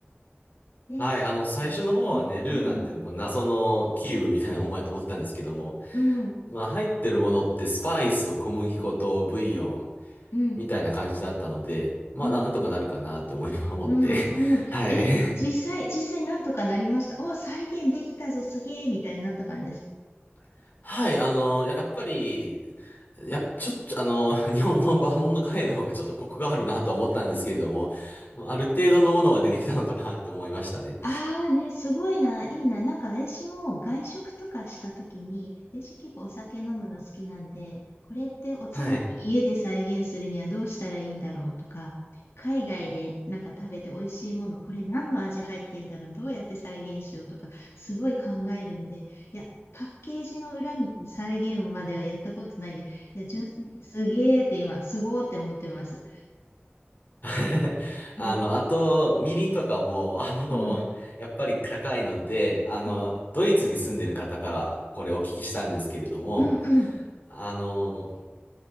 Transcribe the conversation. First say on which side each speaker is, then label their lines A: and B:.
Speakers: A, on the left (about 85°); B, on the left (about 45°).
A: えー、
B: はい、
A: そうなんだ。
B: あの、最初の方はね、
A: うんうん。
B: ルーなんていうの、こう謎のキューブみたいなものやと思ってたんですけども、
A: うん
B: まあ、入ってるものってスパイスと小麦粉とブイヨン、
A: うん。
B: みたいな感じだったので、まあなんとかなるかなって思い思って。
A: うん。うんうん。
B: <laughs> はい。
A: え、実際、実際なんとかなりました。お、再現できたぞ、すげえみたいになった感じですか
B: <laughs> はい、あの、やっぱり、やっ、ちょっと、あの、日本のバーモントカレーの方がちょっとコクがあるなと思ったんですけれども、まあある程度のものはできたのかなって思いましたね。
A: ああね、すごいな、いいな。なんか私も外食とかしたときに、私結構お酒飲むの好きなんで、これっておつまみ家で再現するにはどうしたらいいんだろうとか、
B: はい。
A: 海外でなんか食べて美味しいもの、これ何の味入ってんだろう、どうやって再現しようとか、すごい考えるんで、いや、パッケージの裏見て再現まではやったことないんで、いや、純粋にすげーって今、すごーって思ってます。
B: <laughs>
A: うん、
B: あの、あと、みりんとかも、あの、
A: うん、
B: やっぱり高いので、あの、
A: うん、
B: ドイツに住んでる方からこれお聞きしたんですけれども、
A: うん、うん。
B: あの、